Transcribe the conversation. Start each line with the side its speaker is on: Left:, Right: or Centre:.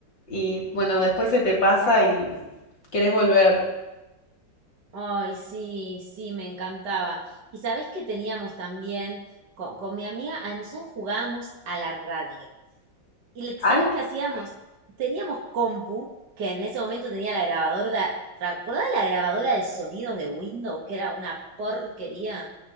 Left: Y bueno, después se te pasa y querés volver.
Right: Ay, sí, sí, me encantaba. Y sabés que teníamos también, con, con mi amiga Ansu jugábamos a la radio. Y le-
Left: Ay,
Right: ¿sabés qué hacíamos? Teníamos compu, que en ese momento tenía la grabadora, de- ¿te acordás de la grabadora de sonidos de Windows, que era una porquería?